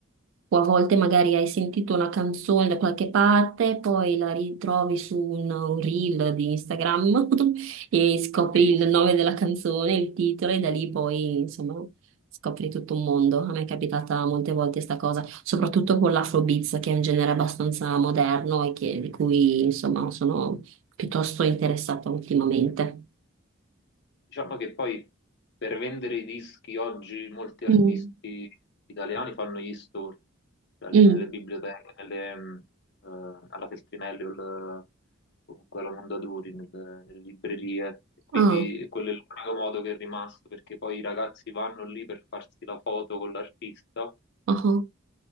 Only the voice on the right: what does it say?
O a volte magari hai sentito una canzone da qualche parte, poi la ritrovi su un, un reel di Instagram <laughs> e scopri
il nome della canzone, il titolo, e da lì poi, insomma, scopri tutto un mondo. A me è capitata molte volte sta cosa, soprattutto con l'Afrobeats, che è un genere abbastanza moderno e che- di cui, insomma, sono piuttosto interessata ultimamente.
Mm.
Mm.
Ah,
ah, ah.